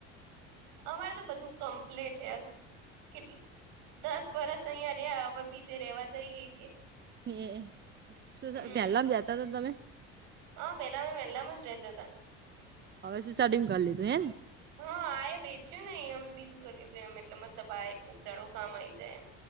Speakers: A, on the right; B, on the right.
A: અમારે તો બધું કમ્પ્લેટ હે. કેટ દસ વરસ અહિયાં રીયે, હવે બીજે રેવા જઈએ.
B: ઈએ.
A: હમ
B: શું ત પેલામ જતા હતા તમે?
A: હા, પેલામે વેલામાં જ રેતા હતા.
B: હવે શું સાડીમ કરી લીધું એમ.
A: હા આ એ વેચ્યું નઈ, એ અમે બીજું કરી લીધું એમ એટલે મતલબ આ ખુક દાડો કામ આવી જાય એમ.